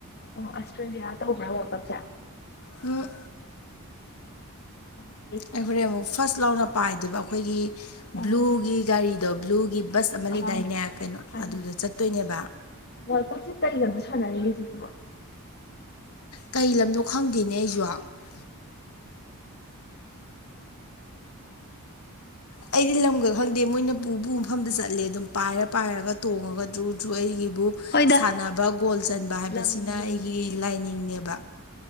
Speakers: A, on the left; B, on the left.
A: ꯑꯣ ꯑꯁꯇ꯭ꯔꯦꯂꯤꯌꯥ ꯇ ꯍꯕ ꯋꯥ ꯀ ꯆꯦ
B: ꯎꯝ
A: ꯎ
B: ꯑꯩꯈꯣꯔꯣꯏ ꯑꯃꯨꯛ ꯐꯥꯔꯁ ꯂꯥꯎꯅ ꯄꯥꯏꯗꯨꯕ ꯑꯩꯈꯣꯏꯒꯤ
A: ꯑꯣ
B: ꯕ꯭ꯂꯨꯒꯤ ꯒꯥꯔꯤꯗꯣ ꯕ꯭ꯂꯨꯒꯤ ꯕꯁ ꯃꯂꯤꯗꯥꯏꯅꯦ
A: ꯑꯥ
B: ꯀꯩꯅꯣ ꯑꯗꯨꯗ ꯆꯠꯇꯣꯏꯅꯦꯕ
A: ꯋꯥꯔꯀꯔ ꯗꯔꯒꯤ ꯆꯈꯤꯕ
B: ꯀꯩ ꯂꯝꯅꯣ ꯈꯪꯗꯦꯅꯦ ꯑꯩꯁꯨ ꯑꯩꯗꯤ ꯑꯩꯗꯤ ꯂꯝꯒ ꯈꯪꯗꯦ ꯃꯣꯏꯅ ꯄꯨ ꯄꯨ ꯃꯐꯝꯗ ꯆꯠꯂꯦ ꯑꯗꯨꯝ ꯄꯥꯏꯔ ꯄꯥꯏꯔꯒ ꯇꯣꯡꯉꯒꯗ꯭ꯔꯗ ꯑꯩꯒꯤ ꯕꯨ
A: ꯍꯣꯏꯗ
B: ꯁꯥꯟꯅꯕ ꯒꯣꯜ ꯆꯟꯕ ꯍꯥꯏꯕꯁꯤꯅ
A: ꯂꯝ ꯅꯨꯡꯒꯤ
B: ꯑꯩꯒꯤ ꯂꯥꯏꯅꯤꯡꯅꯦꯕ